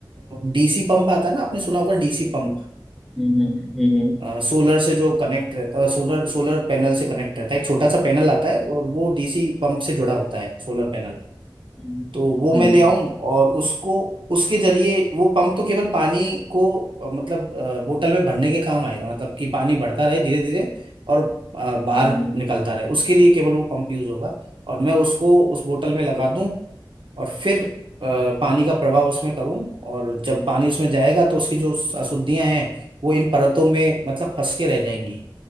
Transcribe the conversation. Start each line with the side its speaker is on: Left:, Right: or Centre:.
Right: डीसी पंप आता है ना आपने सुना होगा डीसी पंप
Centre: हम्म हम्म हम्म
Right: सोलर से जो कनेक्ट रहता है सोलर सोलर पैनल से कनेक्ट रहता है एक छोटा सा पैनल आता है और वो डीसी पंप से जुड़ा होता है सोलर पैनल
Centre: हम्म
Right: तो वो मैं
Centre: हम्म
Right: ले आऊं और उसको उसके जरिए वो पंप तो केवल पानी को अ, मतलब अ, बोतल में भरने के काम आएगा मतलब कि पानी बढ़ता रहे धीरे धीरे और अ, बाहर
Centre: हम्म, हम्म,
Right: निकलता रहे उसके लिए केवल वो पंप यूज होगा और मैं उसको उस बोतल में लगा दूं और फिर अ, पानी का प्रवाह उसमें करूं और जब पानी उसमें जाएगा तो उसकी जो अशुद्धियां हैं वो इन परतों में मतलब फंस के रह जाएंगी